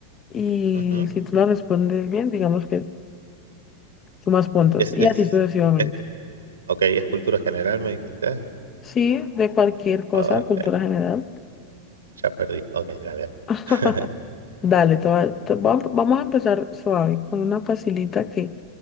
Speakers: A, on the left (about 25°); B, on the right (about 70°).
A: y
B: ujú.
A: si tú la respondes bien, digamos que sumas puntos
B: Es,
A: y
B: es,
A: así sucesivamente.
B: es, ok, es cultura general, me dijiste.
A: Sí, de cualquier cosa,
B: Ok,
A: cultura general.
B: ya perdí. Ok, dale.
A: <laughs>
B: <laughs> dale.
A: Dale, te va- te va- vamos a empezar suave con una facilita que